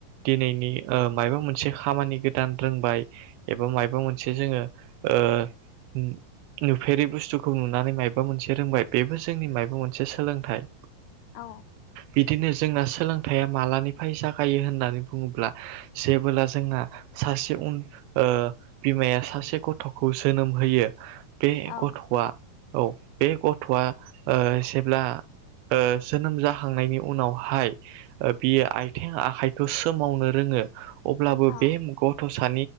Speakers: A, on the right; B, on the left.
A: दिनैनि ओ मायबा मोनसे खामानि गोदान रोंबाय एबा मायबा मोनसे जोङो ओ ओ नुफेरि बुस्थुखौ नुनानै मायबा मोनसे रोंबाय बेबो जोंनि मायबा मोनसे सोलोंथाइ
B: औ
A: बिदिनो जोंना सोलोंथाइया मालानिफाय जागायो होननानै बुङोब्ला जेबोला जों सासे उन ओ बिमाया सासे गथ'खौ जोनोम होयो बे
B: औ
A: गथ'आ औ बे गथ'आ ओ जेब्ला ओ जोनोम जाहां जाखांनायनि उनावहाय बियो आयथें आखाइखौ सोमावनो रोङो अब्लाबो
B: औ
A: बे मुगआव गथ' सा